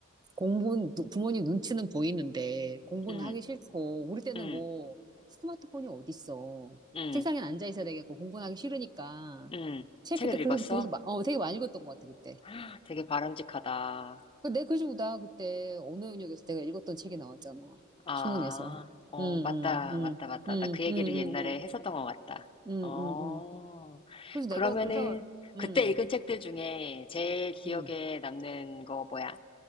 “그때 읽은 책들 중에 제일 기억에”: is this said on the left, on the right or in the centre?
Left